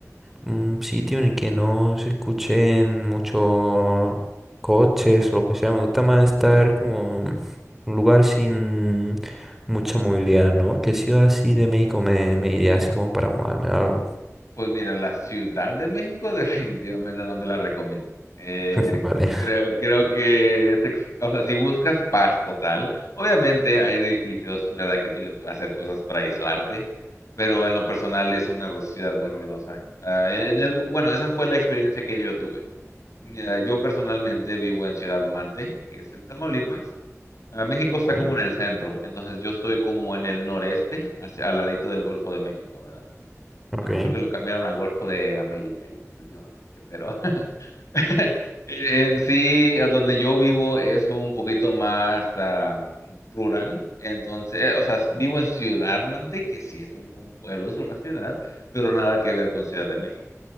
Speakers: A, in the centre; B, on the left.
A: un sitio en el que no se escuchen muchos coches o lo que sea. Me gusta más estar como en un lugar sin Mucha movilidad, ¿no? ¿Qué ciudad así de México me, me iría así como para mudarme o algo?
B: Pues mira, la Ciudad de México <laughs> definitivamente no te la recomiendo. Eh,
A: <laughs> Vale.
B: creo, creo que es, ex- o sea, si buscas paz total, obviamente hay edificios, ¿verdad? Que tú le puedes hacer cosas para aislarte, pero en lo personal es una ru- ciudad muy ruidosa. Ah, en, en el, bueno, esa fue la experiencia que yo tuve. Ya, yo personalmente vivo en Ciudad Mante, que es en Tamaulipas. Ah, México está
A: Vale,
B: como en el centro, entonces yo estoy como en el noreste, hacia- al ladito del Golfo de México, ¿verdad?
A: ok,
B: Ah, creo que lo cambiaron a Golfo de América ya últimamente, pero <laughs> en sí, a donde yo vivo es un poquito más ah, rural, entonces, eh, o sea, vivo en Ciudad Mante, que sí es un, un pueblo, es una ciudad, pero nada que ver con Ciudad de México.